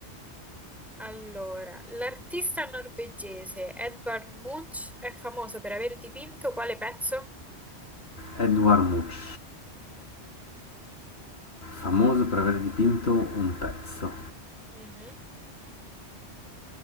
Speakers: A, in the centre; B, on the left.
A: Allora, l'artista norvegese Edvard Munch è famoso per aver dipinto quale pezzo?
B: Edward Much, famoso per aver dipinto un pezzo.
A: Mhm.